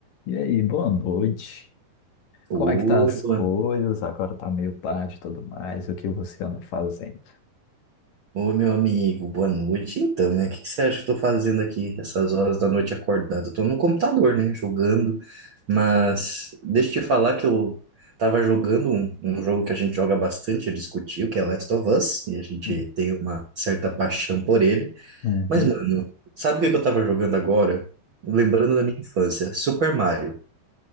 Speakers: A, on the left (about 70°); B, on the right (about 50°).
A: E aí, boa noite.
B: Oi,
A: Como é que tá as coisas?
B: boa...
A: Agora tá meio tarde e tudo mais. O que você anda fazendo?
B: Oi, meu amigo, boa noite. Então, né? O que que você acha que eu tô fazendo aqui essas horas da noite acordado? Eu tô no computador, né? Jogando. Mas deixa eu te falar que eu tava jogando um, um jogo que a gente joga bastante, eu discuti, o que é Last of Us, e a gente
A: Hum.
B: tem uma certa paixão por ele.
A: Uhum.
B: Mas, mano, sabe o que que eu tava jogando agora? Lembrando da minha infância, Super Mario.